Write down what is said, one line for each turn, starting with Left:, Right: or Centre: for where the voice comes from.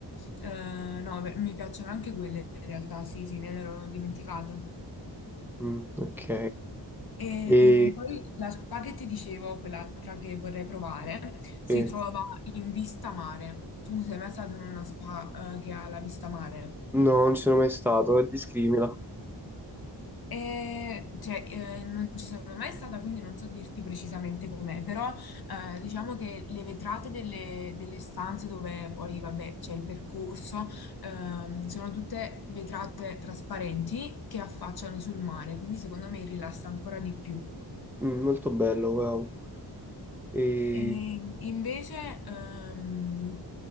Left: eh, no, beh, mi piacciono anche quelle in realtà, sì sì, me le ero dimenticato.
Centre: Mm, ok.
Left: E
Centre: E,
Left: poi la spa che ti dicevo, quell'altra che vorrei provare, si
Centre: sì.
Left: trova in vista mare. Tu sei mai stato in una spa, eh, che ha la vista mare?
Centre: No, non ci sono mai stato, e descrivimela.
Left: E, cioè, eh, non ci sono mai stata, quindi non so dirti precisamente com'è, però eh, diciamo che le vetrate delle, delle stanze dove poi, vabbè, c'è il percorso, ehm, sono tutte vetrate trasparenti che affacciano sul mare, quindi secondo me rilassa ancora di più.
Centre: Mm, molto bello, wow. E
Left: E invece, ehm,